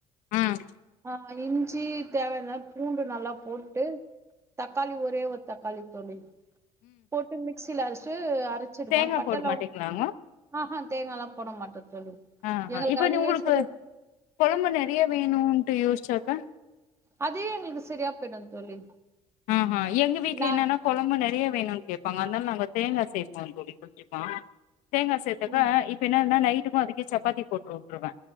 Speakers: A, on the left; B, on the right.
A: ம்
B: அ இஞ்சி தேவனா பூண்டு நல்லா போட்டு தக்காளி ஒரே ஒரு தக்காளி தோழி போட்டு மிக்சில அரச்ட்டு அரச் சிருவ
A: தேங்கா
B: பட்ட
A: போட
B: லவங்
A: மாட்டீங்களாங்க
B: அஹா தேங்காலா போட மாட்ட தோழி
A: அ
B: எங்களுக்கு
A: அ இப்ப
B: அதுவே
A: நீ உங்களுக்கு
B: சரி
A: கொழம்பு நெறையா வேணுன்ட்டு யோசிச்சாக்கா
B: அதே எங்களுக்கு சரியா போய்டு தோழி
A: ம்ஹூ எங்க வீட்ல
B: நா
A: என்னனா கொழம்பு நெறைய வேணுனு கேப்பாங்க அதனால நாங்க தேங்கா சேப்போ தோழி கொஞ்சமா தேங்கா சேத்தக்க
B: ம்
A: இப்ப என்னன்னா நைட்டுக்கு அதுக்கே சப்பாத்தி போட்டு உட்ருவ